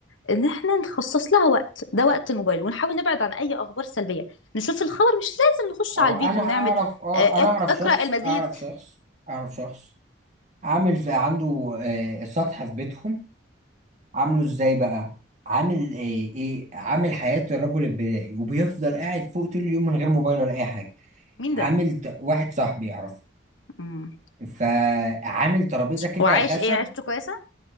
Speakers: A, on the left (about 80°); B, on the right (about 40°).
A: إن احنا نخصص لها وقت ده وقت الموبايل ونحاول نبعد عن أي أخبار سلبية نشوف الخبر مش لازم نخش
B: او
A: على الفيديو
B: انا اعرف
A: ونعمل
B: اه
A: آه،
B: انا
A: اق-
B: اعرف
A: اقرأ
B: شخص
A: المزيد
B: اعرف شخص اعرف شخص عامل في عنده آه سطح في بيتهم عامله ازاي بقى عامل آه ايه عامل حياة الرجل البدائي وبيفضل قاعد فوق طول اليوم من غير موبايل ولا اي حاجة
A: مين
B: عامل
A: ده؟
B: ت... واحد صاحبي يعرفه
A: مم.
B: فعامل ترابيزة كده
A: وعايش
B: خشب
A: ايه عيشته كويسة؟